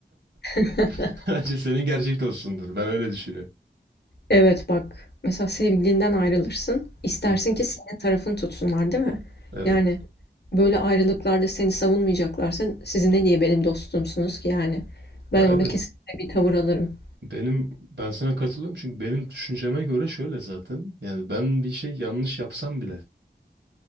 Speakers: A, on the left; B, on the right.
A: <laughs>
B: <laughs> bence senin gerçek dostundur. Ben öyle düşünüyorum.
A: Evet bak. Mesela sevgilinden ayrılırsın. İstersin
B: Hı.
A: ki senin tarafını tutsunlar, değil mi?
B: Evet.
A: Yani böyle ayrılıklarda seni savunmayacaklarsa siz ne diye benim dostumsunuz ki yani? Ben
B: Ya
A: orada
B: evet.
A: kesinlikle bir tavır alırım.
B: Benim ben sana katılıyorum çünkü benim düşünceme göre şöyle zaten. Yani ben bir şey yanlış yapsam bile